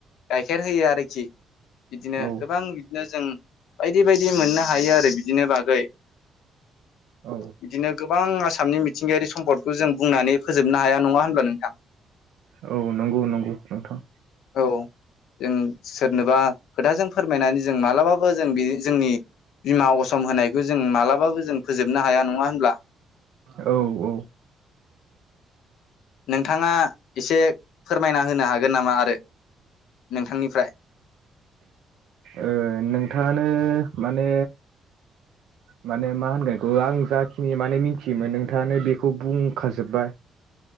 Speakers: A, on the left; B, on the right.
A: गाइखेर होयो आरोखि बिदिनो
B: औ
A: गोबां बिदिनो जों बायदि बायदि मोननो हायो आरो बिदिनो बागै‌।
B: औ
A: बिदिनो गोबां आसामनि मिथिंगायारि सम्पदखौ जों बुंनानै फोजोबनो हाया नङा होनब्ला नोंथां?
B: औ नंगौ नंगौ नोंथां
A: औ जों सोरनोबा खोथाजों फोरमायनानै जों मालाबाबो जों बि जोंनि बिमा असम होनायखौ जों मालाबाबो जों फोजोबनो हाया नङा होनब्ला?
B: औ औ
A: नोंथाङा एसे फोरमायना होनो हागोन नामा आरो नोंथांनिफ्राय?
B: ओ नोंथाङानो माने माने। मा होनगोन एखौ आं जाखिनि माने मिनथि बिमोन नोंथाङानो बिखौ बुंखाजोब्बाय